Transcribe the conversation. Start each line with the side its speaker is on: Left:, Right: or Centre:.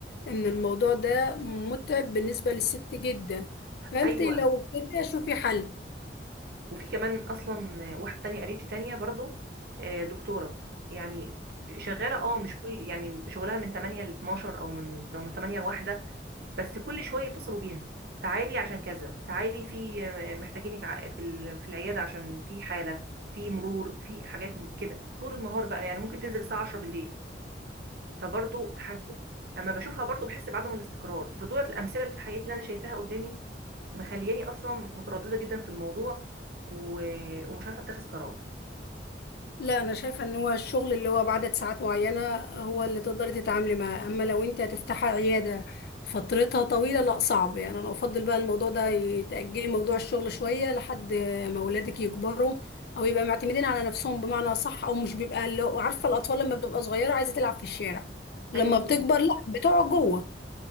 Left: ان الموضوع ده متعب بالنسبه للست جدا فانت
Right: ايوه
Left: لو كده شوفي حل
Right: وفي كمان اصلا واحده تانية قريبتي تانية برضو آه، دكتوره يعني شغاله اه مش كل يعني شغلها من 8 ل 12 او من لو من 8 ل 1 بس كل شويه يتصلوا بيها تعالي عشان كذا تعالي في آه، محتاجينك ع- في ال- في العياده عشان في حاله في مرور في حاجات من كده طول النهار بقى يعني ممكن تنزل الساعه 10 بالليل فبرضو تحس اما بشوفها برضو بحس بعدم الاستقرار فدولت الامثله اللي في حياتي اللي انا شايفاها قدامي مخلياني اصلا متردده جدا في الموضوع و... ومش عارفه اتخذ قرار
Left: لا انا شايفه ان هو الشغل اللي هو بعدد ساعات معينه هو اللي تقدري تتعاملي معاه اما لو انت هتفتحي عياده فترتها طويله لا صعب يعني انا افضل بقى الموضوع ده تاجلي موضوع الشغل شويه لحد ما اولادك يكبروا او يبقى معتمدين على نفسهم بمعنى صح او مش بيبقى اللي هو- عارفه الاطفال لما بتبقى صغيره عايزه تلعب في الشارع لما
Right: ايوه طبعا
Left: بتكبر لا بتقعد جوه